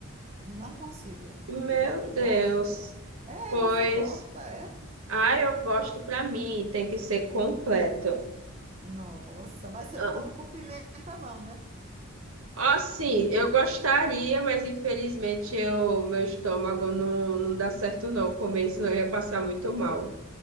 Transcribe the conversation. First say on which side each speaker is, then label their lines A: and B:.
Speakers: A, on the right (about 30°); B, on the right (about 70°).
A: Não consigo.
B: Meu
A: Eu não
B: Deus.
A: gosto. É,
B: Pois,
A: você gosta, é?
B: ah, eu gosto pra mim, tem que ser completo.
A: Nossa, mas você
B: Ah,
A: não come com pimenta, não, né?
B: ó, sim eu gostaria, mas infelizmente eu, meu estômago não, não dá certo não comer, senão eu ia passar muito mal.